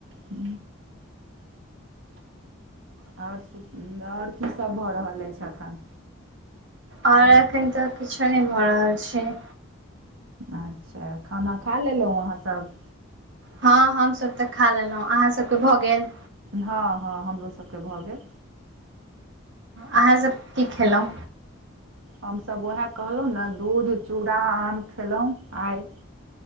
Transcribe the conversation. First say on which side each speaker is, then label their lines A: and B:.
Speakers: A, on the right (about 85°); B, on the right (about 60°).
A: हू आओर सु, आओर कीसभ भऽ रहल अछि एखन।
B: आओर एखैन तऽ कुछौ नहि भऽ रहल छैय।
A: अच्छा खाना खा लेलौ अहाँसब।
B: हँ हमसभ तऽ खा लेलहुँ, अहाँ सबके भऽ गेल।
A: हँ-हँ हमरो सबके भऽ गेल।
B: अहाँ सब की खेलौ?
A: हमसब उएह कहलहु ने, दूध, चूड़ा, आम खेलहुं आइ।